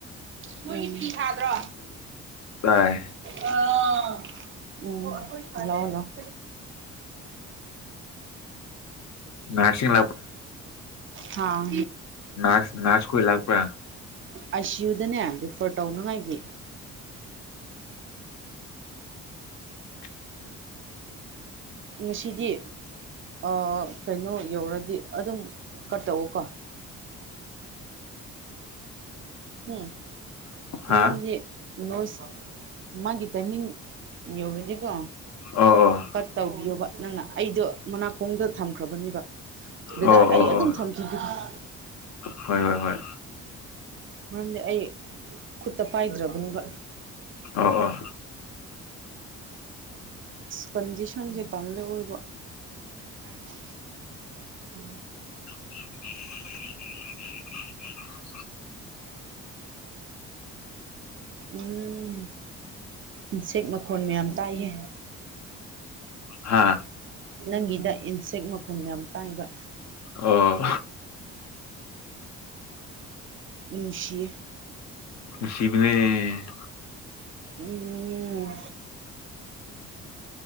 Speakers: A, on the right; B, on the left.
A: ꯃꯣꯏꯒꯤ ꯐꯤ ꯊꯥꯗ꯭ꯔꯣ
B: ꯇꯥꯏ
A: ꯑ ꯎꯝꯉꯅꯣ
B: ꯅꯔꯁꯁꯤꯡ
A: ꯍꯥꯥ
B: ꯅꯅꯥꯆ ꯅꯅꯥꯆꯈ ꯂꯥꯛꯄ
A: ꯑꯥꯏꯁꯤꯌꯨꯗꯅꯦ ꯔꯤꯐꯔ ꯇꯧꯅꯉꯥꯏꯒꯤ
B: <inaudible>
A: ꯉꯁꯤꯗꯤ ꯑ ꯀꯩꯅꯣ ꯌꯧꯔꯗꯤ ꯑꯗꯨꯝ ꯀꯠꯇꯋꯀꯣ ꯎꯝ
B: ꯍꯥ
A: ꯃꯔꯝꯗꯤ ꯅꯣꯏ ꯃꯥꯒꯤ ꯇꯥꯏꯃꯤꯡ ꯌꯧꯔꯗꯤꯀꯣ
B: ꯑꯣ ꯑꯣ
A: ꯀꯠ ꯇꯧꯕꯤꯌꯣꯕ ꯅꯪꯅ ꯑꯩꯗꯣ ꯃꯅꯥꯀꯣꯡꯗ ꯊꯝꯈ꯭ꯔꯕꯅꯦꯕ ꯗꯗꯥ
B: ꯑꯣ
A: ꯑꯩ
B: ꯑꯣ
A: ꯑꯗꯨꯝ
B: ꯑꯣ
A: ꯊꯝꯈꯤꯈꯤꯕ <inaudible>
B: ꯍꯣꯏ ꯍꯣꯏ ꯍꯣꯏ
A: ꯃꯔꯝꯗꯤ ꯑꯩ ꯈꯨꯠꯇ ꯄꯥꯏꯗ꯭ꯔꯕꯅꯦꯕ
B: ꯑꯣ ꯑ
A: ꯀꯟꯗꯤꯁꯟꯁꯦ ꯇꯜꯦ ꯑꯣꯏꯕ <unintelligible>
B: <unintelligible>
A: ꯎꯝ ꯎꯆꯦꯛ ꯃꯈꯣꯟ ꯃꯌꯥꯝ ꯇꯥꯛꯍꯦ
B: ꯍꯥ
A: ꯅꯪꯒꯤꯗ ꯏꯟꯁꯦꯛ ꯃꯈꯨꯜ ꯌꯥꯝ ꯇꯥꯏꯕ
B: ꯑꯣ
A: ꯅꯨꯡꯁꯤ
B: ꯁꯤꯕꯅꯦ
A: ꯎꯝ